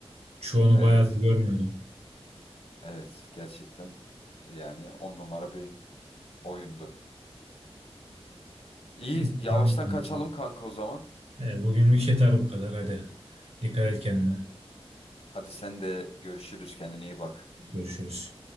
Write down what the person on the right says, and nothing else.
Çoğunu
bayağı görmüyordum.
Neyse
tamam. kanka.
E, bugünlük yeter bu kadar. Hadi. Dikkat et kendine.
Görüşürüz.